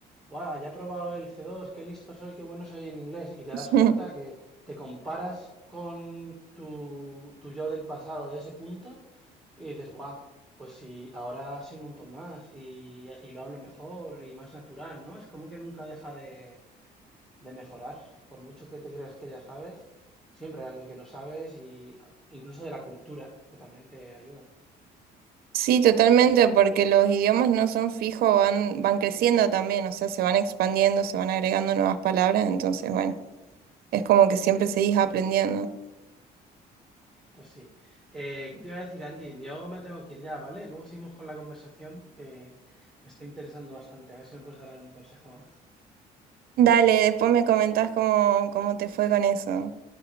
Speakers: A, in the centre; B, on the right (about 65°).
A: Buah, ya he probado el C2, qué listo soy, qué bueno soy en inglés, y te
B: <laughs>
A: das cuenta que te comparas con tu, tu yo del pasado de ese punto y dices, Buah, pues sí, ahora sé un montón más y, y lo hablo mejor y más natural, ¿no? Es como que nunca deja de, de mejorar, por mucho que te creas que ya sabes, siempre hay algo que no sabes y ah, incluso de la cultura, que también te ayuda.
B: Sí, totalmente, porque los idiomas no son fijos, van, van creciendo también, o sea, se van expandiendo, se van agregando nuevas palabras, entonces, bueno, es como que siempre seguís aprendiendo.
A: Pues sí. Eh, ¿qué te iba a decir, Angie? Yo me tengo que ir ya, ¿vale? Luego seguimos con la conversación que me está interesando bastante. A ver si me puedes dar algún consejo más.
B: Dale, después me comentás cómo, cómo te fue con eso.